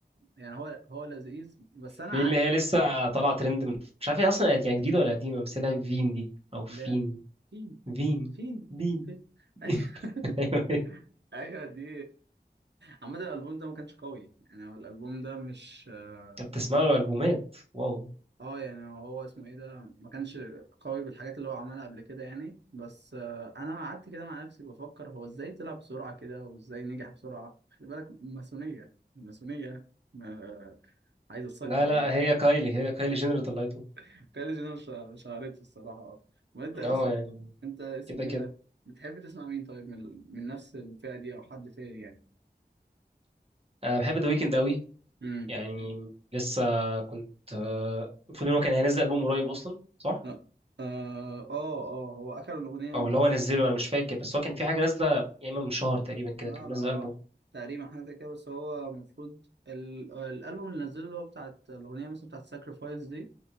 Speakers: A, on the right; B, on the right.
A: يعني هو هو لذيذ بس انا
B: في
A: قعدت
B: اللي هي لسه طالعة ترند من مش عارف هي أصلا يعني جديدة ولا قديمة بس هي فين دي أو فين
A: لا فين
B: فين
A: فين
B: فين
A: فين
B: <laughs>
A: <laughs>
B: أيوة
A: ايوه دي عامة الألبوم ده ما كانش قوي يعني هو الألبوم ده مش آه،
B: أنت بتسمع له ألبومات واو
A: اه يعني هو اسمه ايه ده ما كانش قوي بالحاجات اللي هو عملها قبل كده يعني بس آه، انا قعدت كده مع نفسي بفكر هو ازاي طلع بسرعة كده وازاي نجح بسرعة خلي بالك ماسونية الماسونية آه، عايزة تسيطر
B: لا
A: عليك
B: لا هي كايلي هي كايلي جينر اللي طلعته
A: <laughs> كاليج انا مش مش عارف الصراحة اه وانت
B: اه
A: اصلا
B: يعني
A: انت اسمه
B: كده
A: ايه
B: كده
A: ده بتحب تسمع مين طيب من ال- من نفس الفئة دي او حد تاني يعني
B: أنا بحب ذا ويكند أوي
A: امم
B: يعني لسه كنت آه، المفروض ان هو كان هينزل ألبوم قريب اصلا صح
A: اه اه آه، هو اخر الاغنية منزل
B: او اللي هو نزله انا مش فاكر بس هو كان في حاجه نازله يا اما من شهر تقريبا كده
A: لا
B: كان منزل
A: لا اه
B: ألبوم
A: تقريبا حاجه زي كده بس هو المفروض ال- الالبوم اللي نزله اللي هو بتاعت الاغنيه مثلا بتاعت ساكرفايس دي